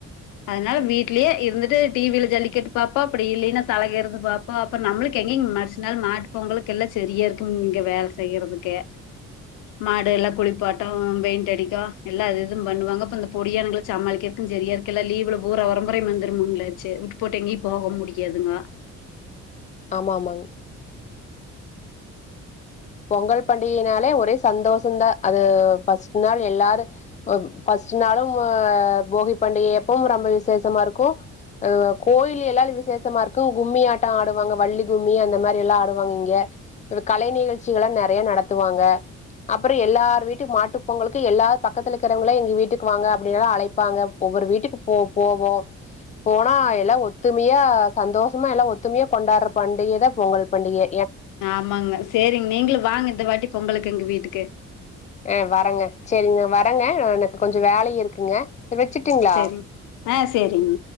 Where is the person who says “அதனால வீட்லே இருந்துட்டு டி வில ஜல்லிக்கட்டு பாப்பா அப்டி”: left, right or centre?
Left